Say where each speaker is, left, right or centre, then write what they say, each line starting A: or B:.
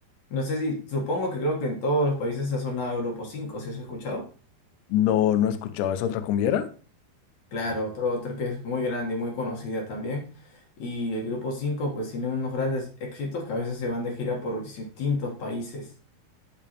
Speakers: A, on the left (about 60°); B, on the left (about 80°).
A: No sé si, supongo que creo que en todos los países ha sonado Grupo cinco, ¿si has escuchado?
B: No, no he escuchado. ¿Es otra cumbiera?
A: Claro, otro, otro que es muy grande y muy conocida también. Y el grupo cinco, pues tiene unos grandes éxitos que a veces se van de gira por distintos países.